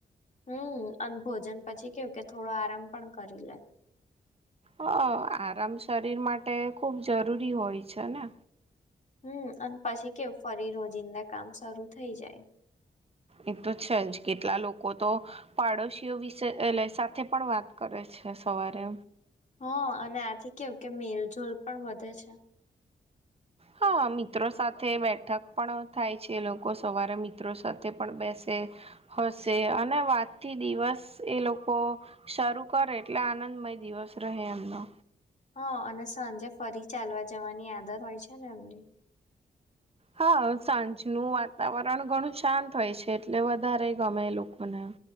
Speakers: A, on the left; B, on the right.
A: હમ અને ભોજન પછી કેવું કે થોડો આરામ પણ કરી લે
B: હ આરામ શરીર માટે ખુબ જરૂરી હોય છે ને
A: હમ અને પછી કેવ ફરી રોજિંદા કામ શરૂુ થઈ જાય
B: એ તો છે જ કેટલા લોકો તો પાડોશીઓ વિશે સાથે પણ વાત કરે છે અચછા સવારે
A: હ અને આથી કેવું કે મેલજલ પણ વધે છે
B: હા મિત્રો સાથે બેઠક પણ થાય છે લોકો સવારે મિત્રો સાથે પણ બેસે હશે અને વાત થી દિવસ એ લોકો શરૂ કરે એટલે આનંદ મય દિવસ રહે એમનો
A: હા અને સાંજે ફરી ચાલવા જવાની આદત હોય છે ને એમની
B: હા સાંજનું વાતાવરણ ઘણું શાંત હોય છે એટલે વધારે ગમે લોકોને